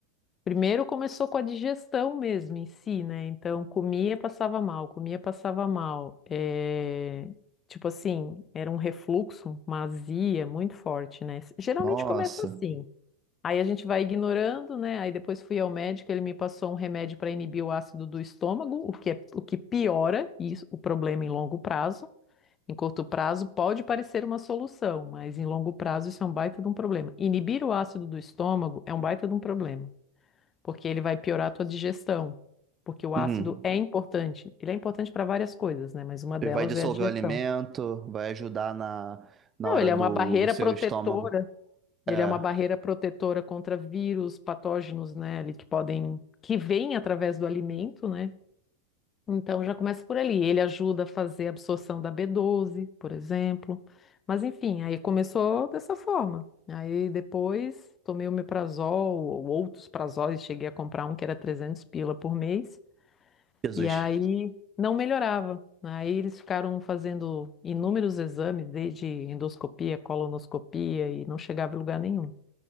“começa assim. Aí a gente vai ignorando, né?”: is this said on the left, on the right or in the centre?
Left